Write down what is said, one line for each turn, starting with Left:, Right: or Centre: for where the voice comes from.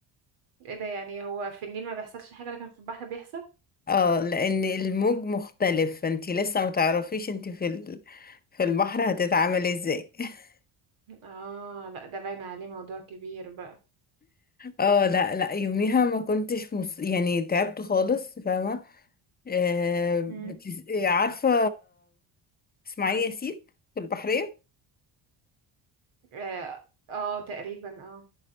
Right: ايه ده يعني هو في النيل ما بيحصلش حاجه لكن في البحر بيحصل
Left: اه لان الموج مختلف فانتي لسه متعرفيش انتي في ال... في البحر هتتعاملي ازاي <laughs>
Right: اه لا ده باين عليه موضوع كبير بقى
Left: اه لا لا يوميها ما كنتش مص... يعني تعبت خالص فاهمة آه بتس...
Right: امم
Left: آه، عارفة اسماعيل ياسين في البحرية
Right: اه آه، تقريبا اه